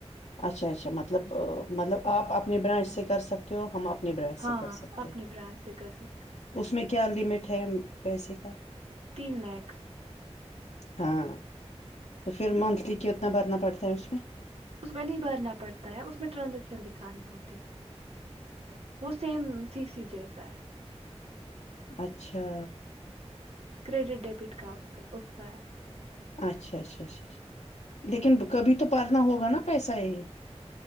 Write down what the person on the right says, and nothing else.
ہاں
اپنے
برانچ سے کر سکتے ہیں
تین لاکھ
اس میں نہیں بھرنا پڑتا ہے اس میں ٹرانزیکشن دکھانی ہوتی ہے وہ سیم سی سی جیسا ہے
کریڈٹ ڈیبٹ کا اس کا اس کا ہے
ہم۔